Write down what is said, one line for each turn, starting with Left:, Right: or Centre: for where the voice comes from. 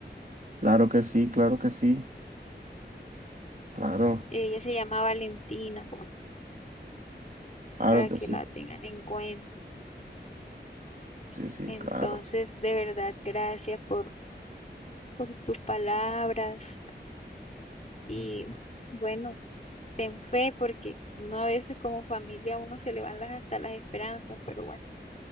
Right: Claro que sí, claro que sí, claro,
Left: Ella se llama Valentina,
Right: claro
Left: para
Right: que
Left: que
Right: sí,
Left: la tengan en cuenta.
Right: sí, sí,
Left: Entonces,
Right: claro.
Left: de verdad, gracias por, por tus palabras y bueno. ten fe, porque no a veces como familia a uno se le van las, hasta las esperanzas, pero bueno,